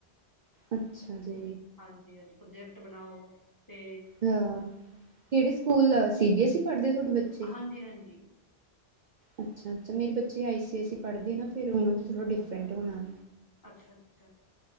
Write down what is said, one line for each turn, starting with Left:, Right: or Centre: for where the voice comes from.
Right: ਅੱਛਾ ਜੀ
Left: ਹਾਂਜੀ-ਹਾਂਜੀ ਪ੍ਰੋਜੈਕਟ ਬਣਾਓ ਤੇ
Right: ਹ, ਕਿਹੜੇ school C B S E ਪੜ੍ਹਦੇ ਤੁਹਾਡੇ ਬੱਚੇ
Left: ਹਾਂਜੀ-ਹਾਂਜੀ
Right: ਅੱਛਾ ਅੱਛਾ ਮੇਰੇ ਬੱਚੇ ਆਈ ਸੀ ਆਈ ਸੀ ਪੜ੍ਹਦੇ ਆ ਨਾ, ਫਿਰ ਓਹਨਾ ਦਾ ਥੋੜਾ ਡਿਫਰੈਂਟ ਹੋਣਾ
Left: ਅੱਛਾ-ਅੱਛਾ